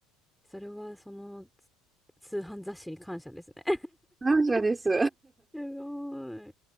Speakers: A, in the centre; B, on the right (about 20°).
A: それはその通販雑誌に感謝ですね。
B: 感謝です。
A: <laughs> すごい。